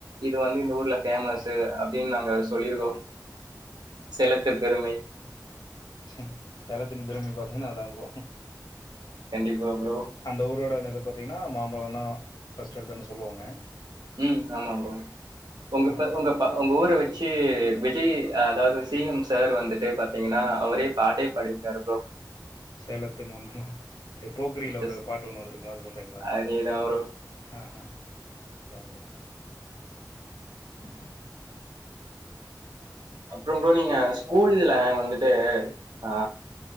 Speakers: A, on the right; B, on the left.
A: இது வந்து இந்த ஊர்ல பேமஸு அப்டின்னு நாங்க சொல்லிருக்கோ சேலத்து பெருமை
B: ச சேலத்தின் பெருமை பார்த்தீங்கன்னா அதா ப்ரோ
A: கண்டிப்பா ப்ரோ
B: அந்த ஊரோட என்து பாத்தீங்கன்னா மாம்பழந் தா ஃபஸ்ட் எடுத்துன்ன சொல்லுவாங்க
A: உ ஆமா ப்ரோ உங்க
B: ஆமாம்
A: உங்க
B: ப்ரோ
A: உங்க ஊர வச்சு சு விஜய் அதாவது சி எம் சார் வந்துட்டு பாத்தீங்கன்னா அவரே பாட்டே பாடிருக்காரு ப்ரோ
B: சேலத்து மாம்பழெ போக்கிரில
A: எஸ்
B: ஒரு பாட்டு ஒண்ணு வந்திருக்குமே அத சொல்றீங்களா
A: அதேதா ப்ரோ
B: ஹ ஹ அதாம்ப்ரோ
A: <unintelligible> அப்புறோ ப்றோ நீங்க ஸ்கூல்ல வந்துட்டு அ